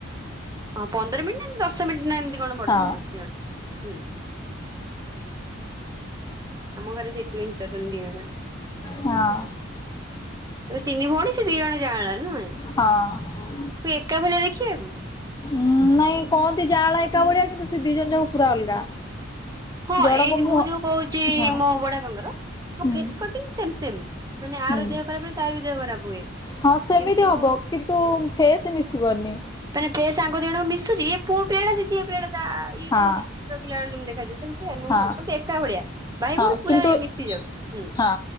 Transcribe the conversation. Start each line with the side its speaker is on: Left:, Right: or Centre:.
Right: ହଁ ପନ୍ଦର ମିନିଟ୍ ନା ଦଶ ମିନିଟ ନା ଏମିତି କଣ ବଡ
Left: ହଁ
Right: ସାନ ଦି ଜଣ। ହୁଁ, ଆମ ଘରେ ସେଇଥିପାଇଁ ଇଞ୍ଚ ଅଛନ୍ତି ଦି ଜଣ।
Left: ହଁ
Right: ତମେ ତିନି ଭଉଣୀ ସେ ଦି ଜଣ ଯାଆଁଳା ନୁହେଁ?
Left: ହଁ
Right: ତୁ ଏକା ଭଳିଆ ଦେଖିବାକୁ?
Left: ହୁଁ ନାଇଁ କହନ୍ତି ଯାଆଁଳା ଏକା ଭଳିଆ କିନ୍ତୁ ସେ ଦି ଜଣ ଯାକ ପୁରା ଅଲଗା।
Right: ହଁ
Left: ଜଣକ
Right: ଏଇ
Left: ମୁହଁ
Right: ମୁଁ ଯଉ କହୁଛି
Left: ହଁ
Right: ମୋ ବଡ ବାପାଙ୍କର ତାଙ୍କ
Left: ହୁଁ
Right: ଫେସ କଟିଙ୍ଗ ସେମ୍ ସେମ୍ ମାନେ
Left: ହୁଁ।
Right: ଆର ଦେହ ଖରାପ ହେଲେ ତାର ବି ଦେହ ଖରାପ ହୁଏ କିନ୍ତୁ
Left: ହଁ ସେମିତି ହବ କିନ୍ତୁ ଫେସ୍ ମିଶିିବନି।
Right: ମାନେ ଫେସ ଆଙ୍କ ଦି ଜଣଙ୍କ ମିଶୁଛି? ୟେ ପିଲାଟା ସେ ଝିଅ ପିଲାଟା ତା ୟେ
Left: ହଁ
Right: କେମିତି? ଝିଅ ପିଲା ବେଳେ ଯେମିତି ଦେଖାଯାଉ ସେମିତି ନୁହଁ
Left: ହଁ
Right: ଏକା ଭଳିଆ ଭାଇ
Left: ହଁ
Right: ଭଉଣୀ
Left: କିନ୍ତୁ
Right: ପୁରା ମିଶିଯାଉଛି, ହୁଁ।
Left: ହଁ